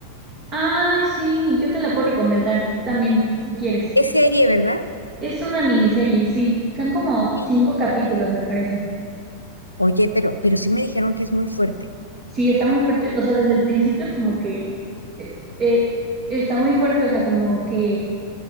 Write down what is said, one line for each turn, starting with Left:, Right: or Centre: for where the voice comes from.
Right: Ay, sí, yo te la puedo recomendar también, si quieres.
Left: Es serie, ¿verdad?
Right: Es una miniserie, sí. Son como
Left: Sí.
Right: cinco capítulos, me parece.
Left: Oye, pero, pero sí me dijeron que es muy fuerte.
Right: Sí, está muy fuerte. O sea, desde el principio como que eh, eh, está muy fuerte, o sea, como que